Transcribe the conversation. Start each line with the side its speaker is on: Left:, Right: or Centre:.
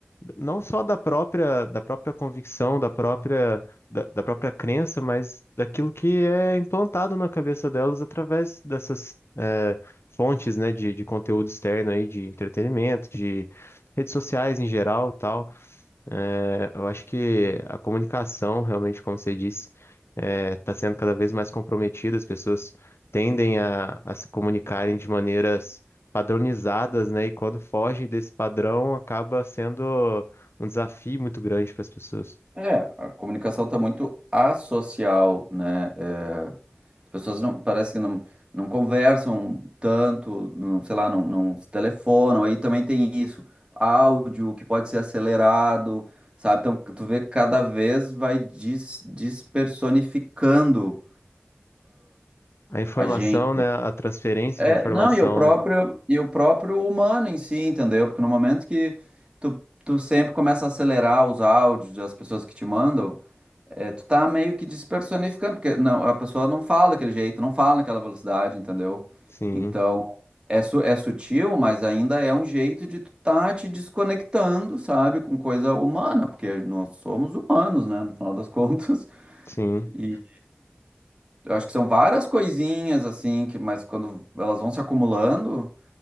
Left: não só da própria da própria convicção, da própria da, da própria crença, mas daquilo que é implantado na cabeça delas através dessas eh, fontes, né, de, de conteúdo externo aí, de entretenimento, de redes sociais em geral, e tal. É, eu acho que a comunicação, realmente, como você disse, está sendo cada vez mais comprometida. As pessoas tendem a, a se comunicarem de maneiras padronizadas, né? E quando fogem desse padrão, acaba sendo um desafio muito grande para as pessoas.
Right: É, a comunicação tá muito asocial, né? é, As pessoas não, parece que não, não conversam tanto, não, sei lá, não, não se telefonam. Aí também tem isso, áudio que pode ser acelerado, sabe? Então, tu vê que cada vez vai des, despersonificando
Left: A informação,
Right: a gente.
Left: né? A transferência
Right: É,
Left: de informação,
Right: não, e o próprio,
Left: né?
Right: e o próprio humano em si, entendeu? Porque no momento que tu, tu sempre começa a acelerar os áudios das pessoas que te mandam, É, tu tá meio que despersonificando, porque não, a pessoa não fala daquele jeito, não fala naquela velocidade, entendeu?
Left: Sim,
Right: Então, é, su- é sutil, mas ainda é um jeito de tu tá te desconectando, sabe, com coisa humana, porque nós somos humanos, né, no final das <laughs> contas.
Left: sim.
Right: E, eu acho que são várias coisinhas, assim, que, mas quando elas vão se acumulando,